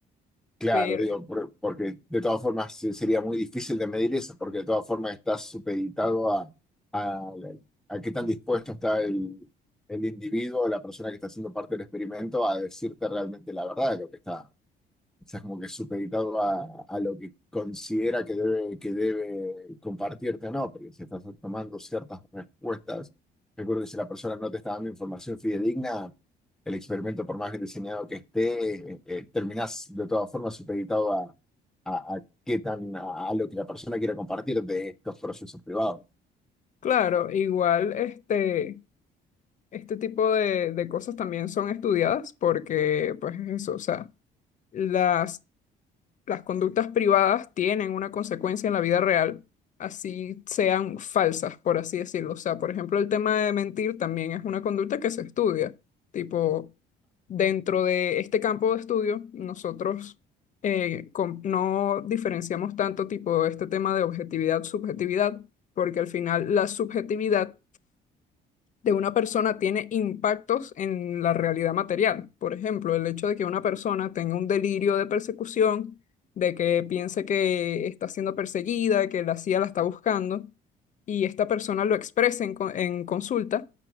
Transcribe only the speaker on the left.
Pero
Claro, igual este, este tipo de, de cosas también son estudiadas porque, pues eso, o sea, las, las conductas privadas tienen una consecuencia en la vida real, así sean falsas, por así decirlo. O sea, por ejemplo, el tema de mentir también es una conducta que se estudia. Tipo, dentro de este campo de estudio, nosotros eh, com- no diferenciamos tanto tipo este tema de objetividad-subjetividad, porque al final la subjetividad de una persona tiene impactos en la realidad material. Por ejemplo, el hecho de que una persona tenga un delirio de persecución, de que piense que está siendo perseguida, que la CIA la está buscando, y esta persona lo exprese en, co- en consulta,